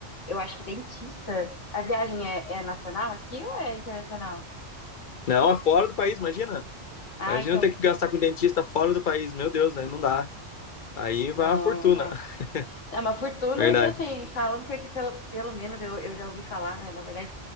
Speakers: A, on the left; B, on the left.
A: eu acho que dentista. A viagem é, é nacional aqui ou é internacional?
B: Não, é fora do país, imagina.
A: Ah,
B: Imagina
A: então.
B: ter que gastar com dentista fora do país. Meu Deus, aí não dá. Aí
A: Não,
B: vai uma fortuna.
A: dá,
B: <laughs>
A: dá uma fortuna
B: Verdade.
A: e assim, falam que aqui, pelo, pelo menos, eu, eu já ouvi falar, né? Na verdade,